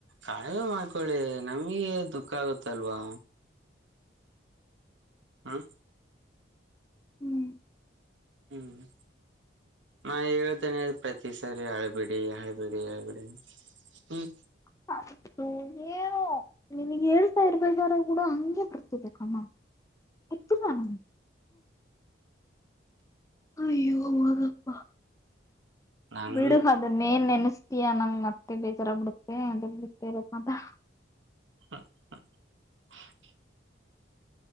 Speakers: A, on the right; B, on the left.
A: ಕಾಣವೇ ಮಾಡ್ಕೊಳ್ಳಿ ನಮ್ಗೆ ದುಃಖ ಆಗುತ್ತಲ್ವಾ ಹಾ
B: ಹ್ಮ್
A: ಹ್ಮ್ ನ ಹೇಳ್ತಾನೆ ಪ್ರತಿ ಸರಿ ಹಳ್ಬಿಡಿ ಹಳ್ಬಿಡಿ ಹಳ್ಬಿಡಿ ಹ್ಮ್
B: ಹ ಏನು ನಿಿನಗ್ ಹೇಳ್ತ ಇರ್ಬೇಕ ಾರ ಕೂಡ ಹಗೆ ಬರ್ತಿದೆ ಕಮ್ಮ ಹತ್ತರ ನ ಅಯ್ಯೋ ಹಪ್ಪ
A: ನನ್
B: ಬಿಡುಹದುನ್ನೇನ್ ನೆನಸ್ತೀಯ ನಂಗ ಮತ್ತೆ ಬೇಜಾರ ಬಿಡುತ್ತೆ ಅ ಬಿೆ ಮಾ
A: ಹ